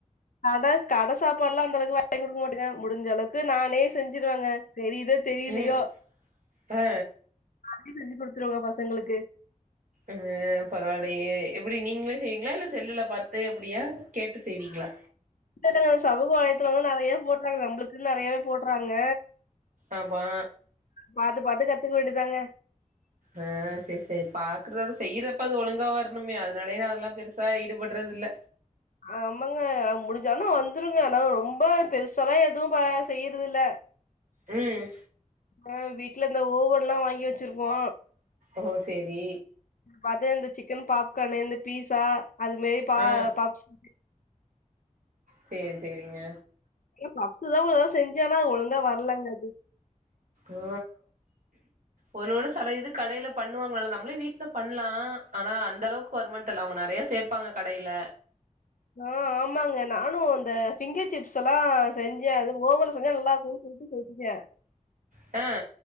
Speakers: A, on the left; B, on the right.
A: அட கடை சாப்பாடு எல்லா அந்த அளவுக்கு வாங்கி குடுக்க மாட்டங்க முடிஞ்ச அளவுக்கு நானே செஞ்சிருவங்க தெரியுதோ தெரிலையோ
B: ம் ஆ
A: நானே செஞ்சு குடுத்துருவங்க பசங்களுக்கு
B: ம் பரவாலயே எப்டி நீங்களே செய்வீங்களா இல்ல செல்லுல பாத்து அப்டியா கேட்டு செய்வீங்களா
A: இல்ல இல்லங்க சமுக வளயத்துல வந்து நெறையா போட்றாங்க நம்ளுக்குன்னு நெறையாவே போட்றாங்க
B: ஆம்மா
A: பாத்து பாத்து கத்துக்க வேண்டிதாங்க
B: ஆ சரி சரி பாக்குறதோட செய்யறப்ப அது ஒழுங்கா வருனுமே அதனாலே நா அதெல்லா பெருசா ஈடுபடுறது இல்ல
A: ஆமாங்க முடிஞ்சாலு பார்த்து வந்துருங்க ஆனா ரொம்ப பெருசாலா எதுவு ப செய்றது இல்ல
B: ம்
A: ஆ வீட்ல இந்த ஓவன்ல்லா வாங்கி வச்சிருக்கோ
B: ஓ சேரி
A: வது இந்த சிக்கன் பாப்கார்ன்னு இந்த பீஸா அது மரி பா
B: ஆ
A: பாப்ஸ்
B: சேரி செரிங்க
A: பப்ஸ்தா ஒருதவ செஞ்சனா அது ஒழுங்கா வரலங்க அது
B: ஆ ஒண்ணு ஒண்ணு சில இது கடையில பண்ணுவாங்கல்ல நம்மளே வீட்ல பண்லா ஆனா அந்த அளவுக்கு வருமா தெர்ல அவங்க நெறய சேப்பாங்க கடைல
A: ஆ ஆமாங்க நானு இந்த ஃபிங்கர் சிப்ஸ் எல்லா செஞ்ச அது ஓவன் செஞ்சா நல்லாக்கு <unintelligible> வைச்சி செஞ்ச
B: அ